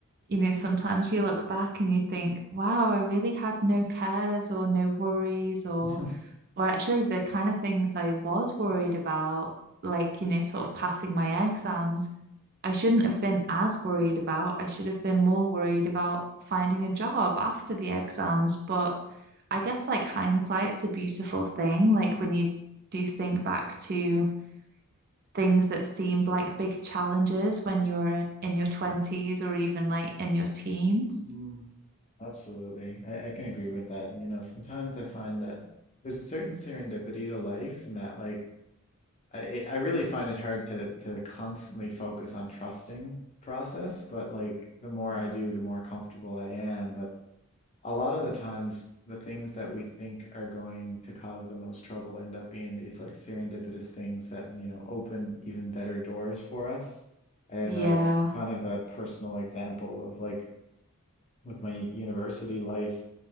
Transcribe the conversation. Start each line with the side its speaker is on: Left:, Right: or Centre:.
Right: You know, sometimes you look back and you think, wow, I really had no cares or no worries or
Left: <laughs>
Right: or actually the kind of things I was worried about, like, you know, sort of passing my exams, I shouldn't have been as worried about. I should have been more worried about finding a job after the exams. But I guess like hindsight's a beautiful thing. Like when you do think back to things that seemed like big challenges when you were in your 20s or even like in your teens.
Left: Mhm. Mm, absolutely. I, I can agree with that. And, you know, sometimes I find that there's a certain serendipity to life and that like I I I really find it hard to to constantly focus on trusting process, but like the more
Right: Mm,
Left: I do, the more comfortable I am. But a lot of the times the things that we think are going to cause the most trouble end up being these like serendipitous things that you know open even better doors for us. I have
Right: Yeah.
Left: a kind of a personal example of like with my university life.